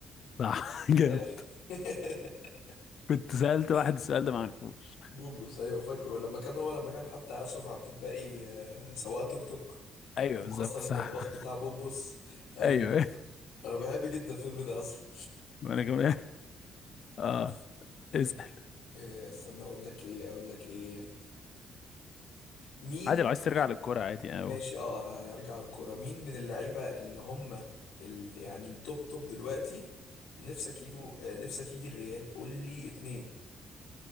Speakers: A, on the left; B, on the left.
A: صح <laughs> جامد
B: أيوة. <laughs>
A: كنت سألت واحد السؤال ده ما عرفوش
B: بوبوس ايوه فاكره لما كان هو لما كان حتى اشرف عبد الباقي آه، سواق توك توك
A: ايوه
B: وهو
A: بالظبط
B: اصلا
A: صح
B: الطباخ بتاع بوبوس ايوه
A: ايوه
B: انا بحب جدا الفيلم ده اصلا
A: <laughs> وانا كمان اه
B: <laughs> آه،
A: اسأل
B: آه، استنى اقول لك ايه اقول لك ايه مين
A: عادي لو عايز ترجع للكورة عادي قوي
B: ماشي اه هرجع للكوره مين من اللعيبه اللي هم ال... يعني التوب توب دلوقتي نفسك يجوا آه، نفسك يجي الريال قول لي اتنين